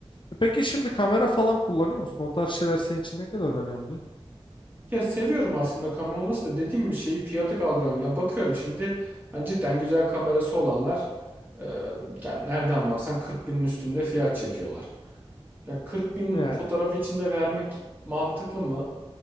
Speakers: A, on the left; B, on the right.
A: E, Peki şimdi kamera falan kullanıyor musun? O tarz şeyler senin için ne kadar önemli?
B: Ya seviyorum aslında kamera olması da dediğim gibi şeyi fiyatı kaldıramıyorum. Ya bakıyorum şimdi hani cidden güzel kamerası olanlar e, yani nereden baksan 40 binin üstünde fiyat çekiyorlar. Ya 40 bin
A: Yani.
B: fotoğraf içinde vermek mantıklı mı?